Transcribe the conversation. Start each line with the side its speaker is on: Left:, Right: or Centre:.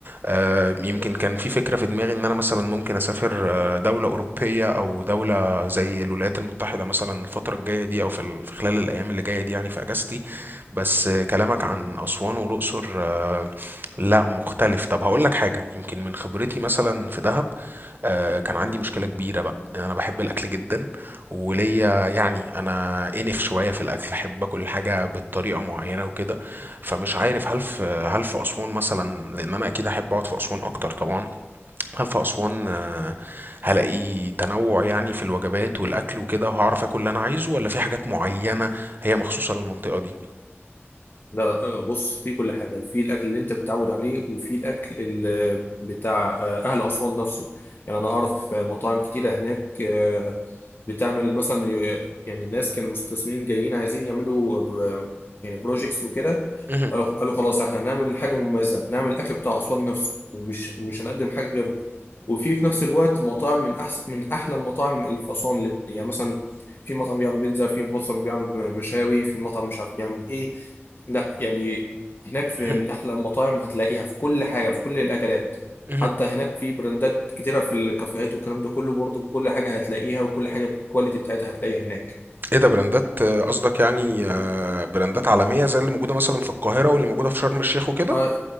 Right: آه، يمكن كان في فكرة في دماغي إن أنا مثلا ممكن أسافر آه، دولة أوروبية أو دولة زي الولايات المتحدة مثلا الفترة الجاية دي أو في ال- في خلال الأيام اللي جاية دي يعني في أجازتي بس كلامك عن أسوان والأقصر آه، لا مختلف طب هقول لك حاجة يمكن من خبرتي مثلا في دهب آه، كان عندي مشكلة كبيرة بقى أنا بحب الأكل جدا وليا يعني أنا إنف شوية في الأكل أحب أكل حاجة بالطريقة معينة وكده فمش عارف هل في هل في أسوان مثلا لأن أنا أكيد أحب أقعد في أسوان أكتر طبعا هل في أسوان آه، هلاقي تنوع يعني في الوجبات والأكل وكده وهعرف آكل اللي أنا عايزه ولا في حاجات معينة هي مخصوصة للمنطقة دي؟
Left: لا لا آه، بص في كل حاجة في الأكل اللي أنت متعود عليه وفي الأكل ال- بتاع آه، أهل أسوان نفسه يعني أنا أعرف مطاعم كتيرة هناك آه، بتعمل مثلا يعني الناس كانوا مستثمرين جايين عايزين يعملوا ب- يعني بروجيكتس وكده
Right: مهم،
Left: قالوا قالوا خلاص احنا هنعمل حاجه مميزه هنعمل الاكل بتاع اسوان نفسه ومش مش هنقدم حاجه غيره وفي في نفس الوقت مطاعم من احسن من احلى المطاعم اللي في اسوان اللي يعني مثلا في مطعم بيعمل بيتزا في مطعم بيعمل مشاوي في مطعم مش عارف بيعمل ايه لا يعني هناك في
Right: مهم،
Left: من احلى المطاعم هتلاقيها في كل حاجه في كل الاكلات
Right: مهم.
Left: حتى هناك في براندات كتيرة في الكافيهات والكلام ده كله برضه كل حاجة هتلاقيها وكل حاجة بالكواليتي بتاعتها هتلاقيها هناك
Right: إيه ده براندات آه، قصدك يعني آه، براندات عالمية زي اللي موجودة مثلا في القاهرة واللي موجودة في شرم الشيخ وكده؟
Left: اه